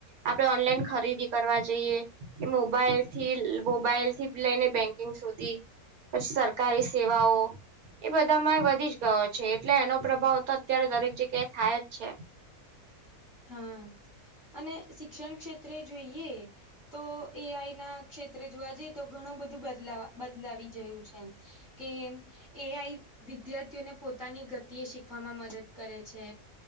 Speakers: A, on the right; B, in the centre.
A: આપડે ઓનલાઈન ખરીદી કરવા જઈએ કે મોબાઈલથી લ મોબાઈલથી લઈને બેંકિંગ સુધી પછી સરકારી સેવાઓ એ બધામાંયે વધી જ ગયો છે એટલે એનો પ્રભાવ તો અત્યારે દરેક જગ્યાએ થાય જ છે.
B: હા અને શિક્ષણ ક્ષેત્રે જોઈએ તો એઆઈ ના ક્ષેત્રે જોવા જઈએ, તો ઘણું બધું બદલાવ બદલાવી જયું છે. કે એમ એઆઈ વિદ્યાર્થીઓને પોતાની ગતિએ શીખવામાં મદદ કરે છે.